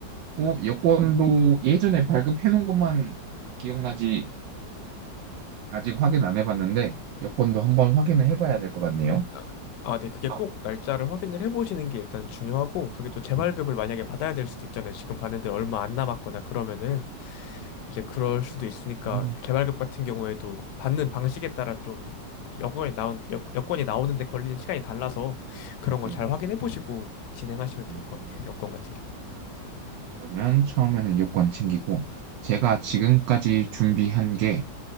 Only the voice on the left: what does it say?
아, 아, 네. 그게
꼭 날짜를 확인을 해보시는 게 일단 중요하고 그게 또 재발급을 만약에 받아야 될 수도 있잖아요. 지금 봤는데 얼마 안 남았거나 그러면은
이제 그럴 수도 있으니까
개발급 같은 경우에도 받는 방식에 따라 좀 여건이 나온 여, 여건이 나오는데 걸리는 시간이 달라서 그런 거
잘 확인해 보시고 진행하시면 될
것 같아요. 여건 같은 경우에는.